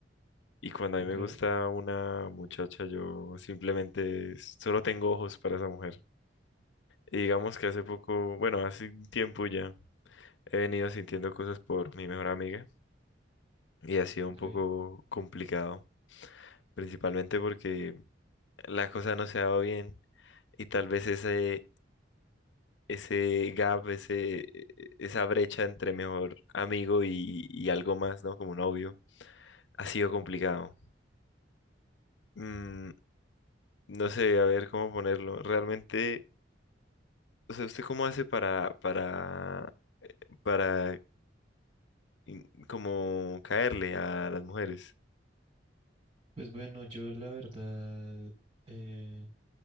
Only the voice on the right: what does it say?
Ok,
ok.
Pues bueno, yo la verdad eh,